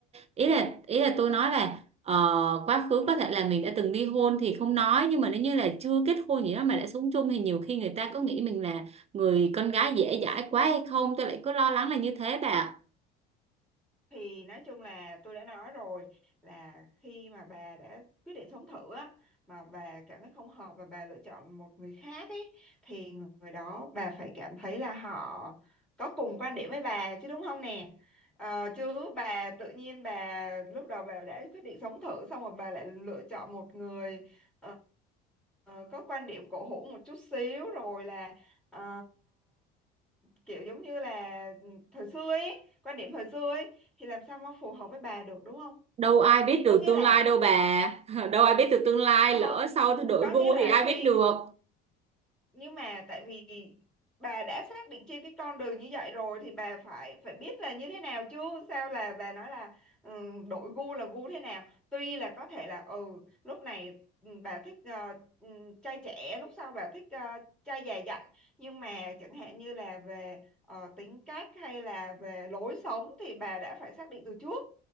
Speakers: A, on the right; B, in the centre.
A: ý là ý là tôi nói là ờ, quá khứ có thể là mình đã từng ly hôn thì không nói nhưng mà nếu như là chưa kết hôn gì đó mà đã sống chung thì nhiều khi người ta có nghĩ mình là người con gái dễ dãi quá hay không tôi lại cứ lo lắng là như thế bà ạ.
B: thì nói chung là tôi đã nói rồi là khi mà bà đã quyết định sống thử á mà bà cảm thấy không hợp và bà lựa chọn một người khác ấy thì người đó bà phải cảm thấy là họ có cùng quan điểm với bà chứ đúng không nè Ờ, chứ bà tự nhiên bà lúc đầu bà đã quyết định sống thử xong rồi bà lại lựa chọn một người ờ, ờ, có quan điểm cổ hủ một chút xíu rồi là ờ, kiểu giống như là thời xưa ấy quan điểm thời xưa ấy thì làm sao mà phù hợp với bà được đúng không
A: đâu ai biết được
B: có nghĩa
A: tương
B: là
A: lai đâu bà <laughs> đâu ai biết được tương lai
B: không
A: lỡ sau tôi đổi
B: có
A: gu
B: nghĩa là
A: thì ai
B: khi
A: biết được
B: nhưng mà tại vì bà đã xác định trên cái con đường như vậy rồi thì bà phải phải biết là như thế nào chứ sao là bà nói là ừ, đổi gu là gu thế nào tuy là có thể là ừ lúc này ừ, bà thích ờ, ừ, trai trẻ lúc sau bà thích ờ, trai già dặn nhưng mà chẳng hạn như là về ờ, tính cách hay là về lối sống thì bà đã phải xác định từ trước